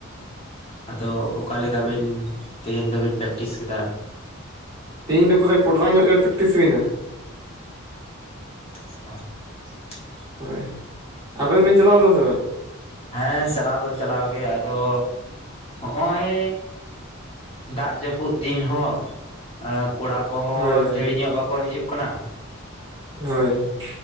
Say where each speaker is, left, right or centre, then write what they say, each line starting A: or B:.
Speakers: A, on the left (about 30°); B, on the right (about 20°).
A: ᱟᱫᱚ ᱚᱠᱟ ᱞᱮᱠᱟᱵᱤᱱ
B: ᱦᱮᱸᱥᱮ
A: ᱛᱮᱦᱮᱧ ᱫᱚᱵᱤᱱ ᱯᱮᱠᱴᱤᱥ ᱠᱮᱫᱟ?
B: ᱛᱮᱦᱮᱧ ᱫᱚ ᱯᱩᱨᱟᱹ ᱠᱚᱰᱽᱨᱟ ᱧᱚᱜ ᱜᱮ ᱯᱮᱠᱴᱤᱥ ᱦᱩᱭ ᱮᱱᱟ᱾
A: <unintelligible>
B: ᱦᱳᱭ <inaudible> ᱟᱵᱮᱱ ᱵᱤᱱ ᱪᱟᱞᱟᱣ ᱞᱮᱱᱟ ᱥᱮ ᱵᱟᱝ?
A: ᱦᱮᱸ ᱪᱟᱞᱟᱣ ᱫᱚ ᱪᱟᱞᱟᱣ ᱜᱮ ᱟᱫᱚ <inaudible> ᱦᱚᱜ-ᱚᱭ, ᱫᱟᱜ ᱡᱟᱹᱯᱩᱫ ᱫᱤᱱ ᱦᱚᱸ ᱠᱚᱲᱟ ᱠᱚᱦᱚᱸ
B: ᱦᱳᱭ ᱦᱳᱭ
A: ᱫᱷᱮᱲ ᱧᱚᱜ ᱵᱟᱠᱚ ᱦᱤᱡᱩᱜ ᱠᱟᱱᱟ,
B: ᱦᱳᱭ᱾ <inaudible>